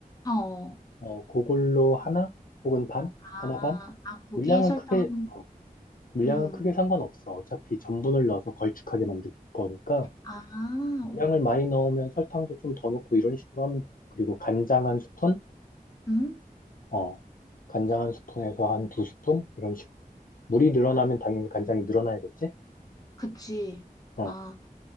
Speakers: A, on the left; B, on the left.
A: 어.
B: 어, 그걸로 하나 혹은 반?
A: 아,
B: 하나 반?
A: 아, 거기에
B: 물량은
A: 설탕.
B: 크게, 어, 물량은
A: 음.
B: 크게 상관없어. 어차피 전분을 넣어서 걸쭉하게 만들 거니까.
A: 아,
B: 물량을
A: 어.
B: 많이 넣으면 설탕도 좀 더 넣고 이런 식으로 하면 돼. 그리고 간장 한 스푼?
A: 음?
B: 어, 간장 한 스푼에서 한 두 스푼? 이런 식으로. 물이 늘어나면 당연히 간장이 늘어나야겠지?
A: 그치.
B: 어,
A: 아,